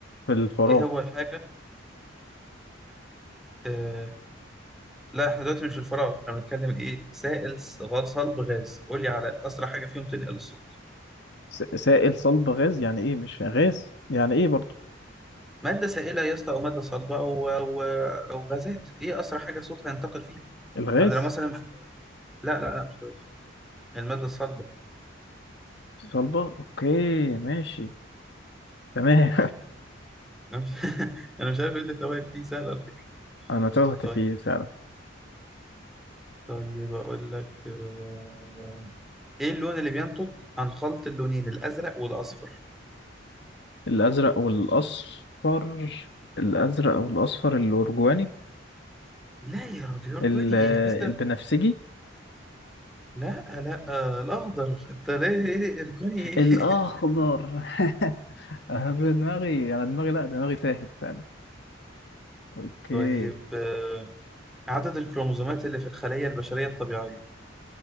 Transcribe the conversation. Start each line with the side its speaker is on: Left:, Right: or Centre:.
Left: في الفراغ
Centre: إيه هو الحاجة؟ آه، لا إحنا دلوقتي مش في الفراغ إحنا بنتكلم إيه سائل ص- غاز صلب غاز قول لي على أسرع حاجة فيهم تنقل الصوت
Left: س- سائل صلب غاز يعني ايه مش غاز يعني ايه برضو
Centre: مادة سائلة يا اسطى أو مادة صلبة أو أو أو غازات إيه أسرع حاجة صوتها ينتقل فيها
Left: الغاز
Centre: يعني لو مثلا لا لا لا مش بلاش المادة الصلبة
Left: صلبة اوكي ماشي تمام
Centre: <laughs> أنا مش أنا مش عارف إيه اللي توائم فيه سهل على فكرة
Left: <laughs> انا تهت
Centre: طيب
Left: فيه فعلا
Centre: طيب أقول لك آه، إيه اللون اللي بينتج عن خلط اللونين الأزرق والأصفر
Left: الازرق والاصفر الازرق والاصفر الارجواني
Centre: لا يا راجل أرجوني
Left: ال-
Centre: إيه أزرق
Left: البنفسجي
Centre: لا لا آه، الأخضر أنت ليه إيه أرجوني إيه
Left: الاخضر
Centre: <laughs>
Left: <laughs> أنا دماغي انا دماغي لا دماغي تاهت فعلا اوكي
Centre: طيب آه، عدد الكروموسومات اللي في الخلية البشرية الطبيعية